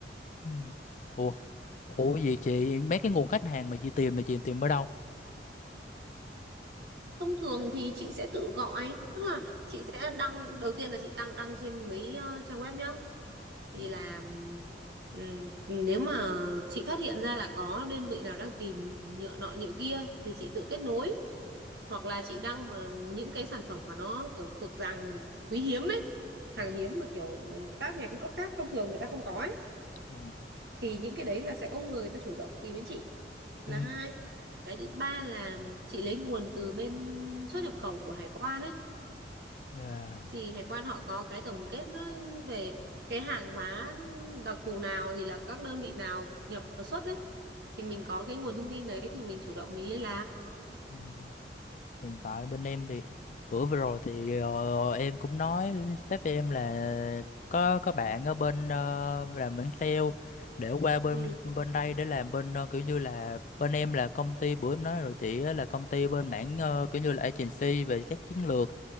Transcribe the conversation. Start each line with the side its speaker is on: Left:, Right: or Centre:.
Left: ừ. ủa ủa vậy chị mấy cái nguồn khách hàng mà chị tìm là chị tìm ở đâu
Right: thông thường thì chị sẽ tự gọi tức là chị sẽ đăng đầu tiên là chị đăng đăng trên mấy ờ, trang web nhá thì
Left: dạ
Right: là ừm, ừm, nếu mà chị phát hiện ra là có đơn vị nào đang tìm nhựa nọ nhựa kia thì chị
Left: Ừ.
Right: tự kết nối hoặc là chị đăng mà những cái sản phẩm mà nó kiểu thuộc dạng quý hiếm ấy
Left: dạ
Right: hàng hiếm mà kiểu các nhà cung cấp khác thông thường người ta không có ấy
Left: dạ
Right: thì những cái đấy là sẽ có người ta chủ động tìm đến chị là
Left: ừ.
Right: hai cái thứ ba là chị lấy nguồn từ bên xuất nhập khẩu của hải quan ấy
Left: dạ
Right: thì hải quan họ có cái tổng kết nó về cái hàng hóa đặc thù nào thì là các đơn vị nào nhập và xuất ấy thì mình có cái nguồn thông tin đấy thì mình chủ động mình liên lạc
Left: Ừ. Hiện tại bên em thì bữa vừa rồi thì ờ, em cũng nói sếp em là có có bạn ở bên ờ, làm bên sale để qua bên
Right: ừ
Left: bên đây để làm bên ờ, kiểu như là bên em là công ty bữa em nói rồi chị á, là công ty bên mảng ờ, kiểu như là agency về các chiến lược